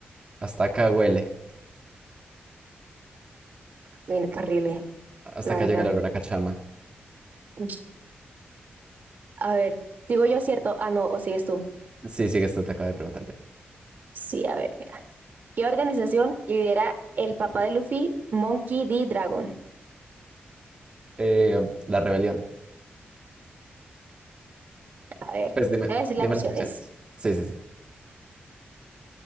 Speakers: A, on the right; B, on the right.
A: Hasta acá huele.
B: Uy, qué horrible,
A: Hasta
B: la
A: acá
B: verdad.
A: llega el olor a cachama.
B: Uy. A ver, digo yo cierto. Ah, no, o sigues tú.
A: Sí, sí, que esto te acabo de preguntar yo.
B: Sí, a ver, mira. ¿Qué organización lidera el papá de Luffy, Monkey D. Dragon?
A: Eh, la rebelión.
B: A ver,
A: Pues dime,
B: voy a decir
A: dime
B: las opciones.
A: las opciones. Sí, sí, sí.